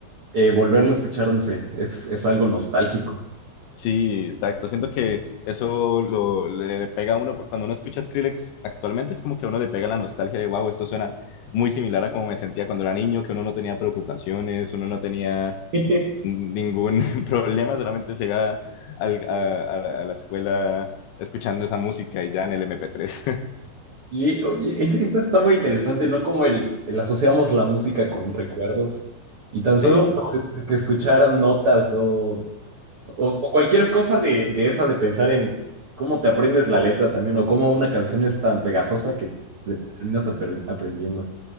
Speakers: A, on the right; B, on the left.
A: eh, volverlo a escuchar, no sé, es, es algo nostálgico.
B: Sí, exacto. Siento que eso lo, le, le pega a uno, por- cuando uno escucha Skrillex actualmente es como que a uno le pega la nostalgia de, wow, esto suena muy similar a como me sentía cuando era niño, que uno no tenía preocupaciones, uno no tenía
A: <laughs>
B: ningún <laughs> problema, solamente se iba al- a, a a la escuela escuchando esa música y ya en el MP3.
A: Y, y ese- esto está muy interesante, ¿no? Como el, el asociamos la música con recuerdos. Y tan
B: <laughs>
A: solo
B: Sí.
A: pues, de que escuchar notas o, o- o cualquier cosa de, de esa, de pensar en cómo te aprendes la letra también, o cómo una canción es tan pegajosa que te terminas apren- aprendiendo.